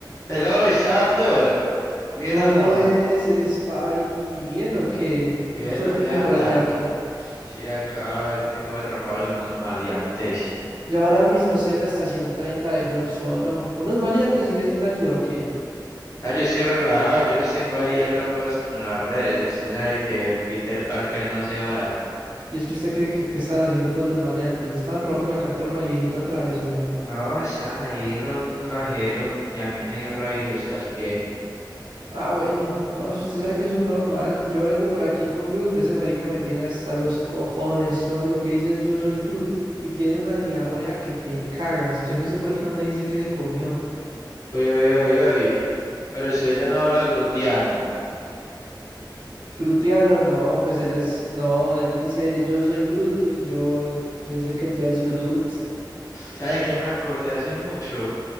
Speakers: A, on the left; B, on the right.
A: Hello, Sardor. ¿Bien
B: ¿Cómo
A: o no?
B: es, Spidey? ¿Bien o qué?
A: Bien,
B: ¿Mucho
A: ¿dónde
B: garfio
A: anda?
B: por allá o qué?
A: Sí, acá tengo atrapados a unos maleantes.
B: Yo ahora mismo estoy en la estación 30 de Frozono. ¿Unos maleantes si necesita ayuda o qué?
A: Ah, yo estoy relajado, yo los tengo ahí atrapados con las redes. Usted sabe que Peter Parker no se vara.
B: Y es que usted, ¿qué, qué, qué estaban haciendo pues los maleantes? ¿Le estaban robando la cartera a una viejita otra vez o no?
A: No, están ahí robando un cajero y a mí me dio rabia y los casqué.
B: Ah, bueno. No, eso usted sabe que eso es normal. Yo vengo por aquí con Groot. Ese marica me tiene hasta los cojones. Lo único que dice es yo soy Groot. Y tiene una diarrea que te cagas. Yo no sé por qué no me dice que se comió.
A: Uy, uy, uy, uy. Pero usted ya no habla grutiano.
B: Grutiano, no, pues él es, no, él dice yo soy Groot y yo, yo sé que él ya es Groot.
A: ¿Sabe qué me acordé hace mucho?